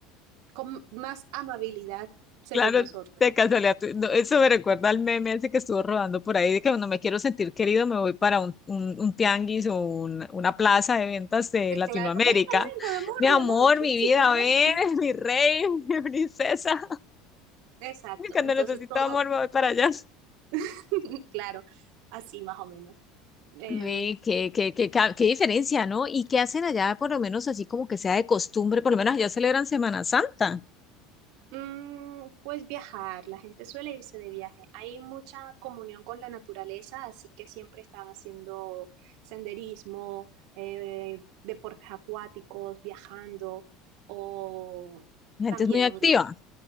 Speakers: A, on the right; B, on the left.
A: con más amabilidad según
B: Claro,
A: nosotros.
B: de casualidad, tú- no, eso me recuerda al meme ese que estuvo rodando por ahí, de que cuando me quiero sentir querido me voy para un, un, un tianguis o un- una plaza de ventas de
A: Y
B: Latinoamérica.
A: claro, venga, venga, mi amor,
B: Mi amor,
A: mi amor, príncipe
B: mi vida,
A: rey.
B: ven, <laughs> mi rey, mi princesa,
A: Exacto,
B: <laughs> cuando
A: entonces
B: necesito
A: todo,
B: amor me voy para allá.
A: <laughs> claro, así más o menos. Eh,
B: Ve, Qué, qué, qué, ca- qué diferencia, ¿no? ¿Y qué hacen allá, por lo menos así como que sea de costumbre? Por lo menos allá celebran Semana Santa.
A: Mm, pues viajar, la gente suele irse de viaje. Hay mucha comunión con la naturaleza, así que siempre están haciendo senderismo, eh, deportes acuáticos, viajando o
B: La
A: también,
B: gente es muy activa.